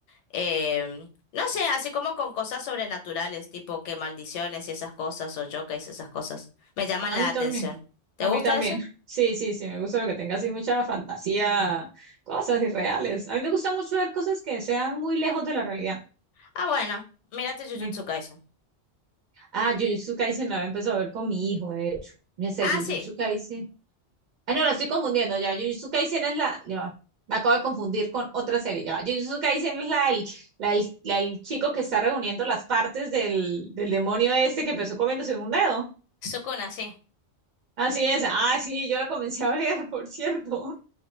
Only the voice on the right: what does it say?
A
mí
también,
a
mí también.
Sí, sí, sí, me gusta lo que tenga así mucha fantasía, cosas irreales. A mí me gusta mucho ver cosas que sean muy lejos de la realidad.
Me
Ah, Jujutsu Kaisen la había empezado a ver con mi hijo, de hecho. No sé,
Jujutsu
Kaisen. Ah, no, la estoy confundiendo ya. Jujutsu Kaisen es la. ya va. Me acabo de confundir con otra serie. Ya. va. Jujutsu Kaisen es la del, la del- la del chico que está reuniendo las partes del, del demonio este que empezó comiéndose un dedo.
Así es. Ah, sí, yo la comencé a ver, <laughs> por cierto.